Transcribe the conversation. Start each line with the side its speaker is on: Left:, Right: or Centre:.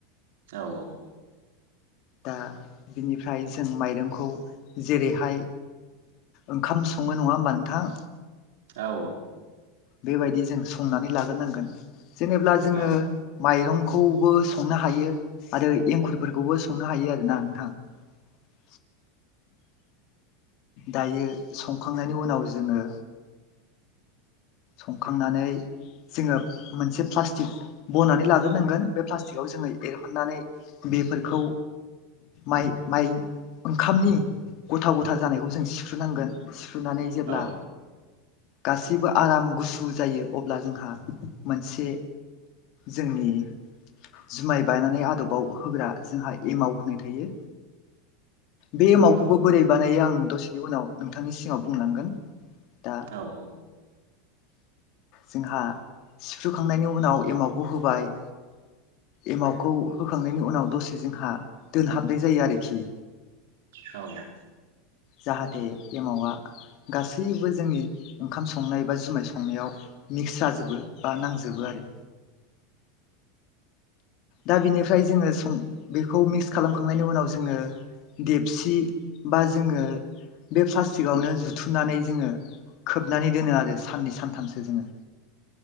Right: औ औ
Left: दा बिनिफ्राय जों माइरंखौ जेरैहाय ओंखाम सङो नङा होमबा नोंथां?
Right: औ औ।
Left: बेबायदि जों संनानै लाग्रोनांगोन। जेनेब्ला जोङो
Right: औ
Left: माइरंखौबो संनो हायो आरो एंखुरफोरखौबो संनो हायो आरोना नोंथां। <inaudible> दायो संखांनायनि उनाव जोङो संखांनानै जोङो मोनसे प्लास्टिक बनानै लाग्रोनांगोन बे प्लास्टिकआव जोङो एरहननानै बेफोरखौ माइ माइ ओंखामनि गथा गथा जानायखौ जों सिख्रुबनांगोन सिख्रुबनानै जेब्ला
Right: औ
Left: गासैबो आराम गुसु जायो अब्ला जोंहा मोनसे जोंनि जुमाय बायनानै आदबाव होग्रा जोंहा एमाव होननाय थायो। बे एमावखौबो
Right: औ
Left: बोरै बानायो आं दसेनि उनाव नोंथांनि सिगाव बुंलांगोन। दा
Right: औ औ औ।
Left: जोंहा सिफ्रुखांनायनि उनाव एमावखौ होबाय एमावउखौ होखांनायनि उनाव दसे जोंहा दोनहाबनाय जायो आरोखि।
Right: औ।
Left: जाहाथे एमावा गासैबो जोंनि ओंखाम संनाय बा जुमाय संनायाव मिक्स जाजोबो बा नांजोबो आरो। दा बिनिफ्राय जोङों बेखौ मिक्स खालामखांनायनि उनाव जोङो देगसि बा जोङो बे प्लास्टिकआवनो जुथुमनानै जोङो खोबनानै दोनो आरो साननै सानथामसो जोङो।